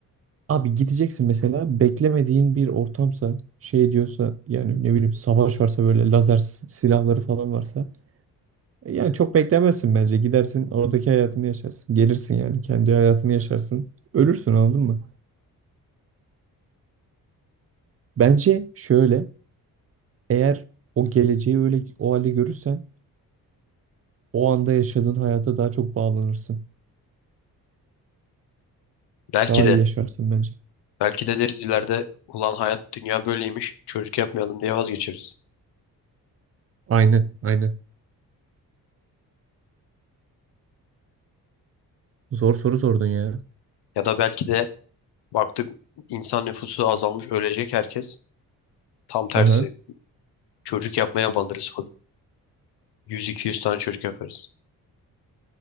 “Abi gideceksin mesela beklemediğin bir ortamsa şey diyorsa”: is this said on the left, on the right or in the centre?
Right